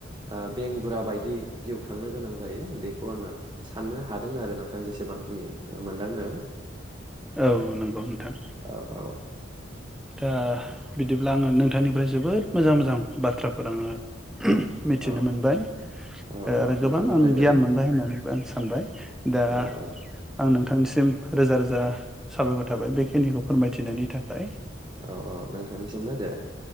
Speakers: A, on the right (about 25°); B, in the centre.
A: ओ बेंगुरा बायदि जिउ खांनो गोनां जायो बेखौ आङो साननो हादों आरो नोंथां जेसेबांखिनि मोनदांदों।
B: औ नंगौ नोंथां
A: औ औ
B: दा बिदिब्ला आङो नोंथांनि फ्राय जोबोद मोजां मोजां बाथ्राफोर आङो मिथिनो
A: औ
B: मोनबाय
A: औ औ
B: आरो
A: नोंथांनिफ्रायबो
B: गोबां आं गियान मोनबाय होननानैबो आं सानबाय दा
A: औ औ
B: आं नों नोंथांसिम रोजा रोजा साबायखर थाबाय बेखिनिखौ फोरमायथिनायनि थाखाय।
A: औ औ नों थांनि सिमबो दे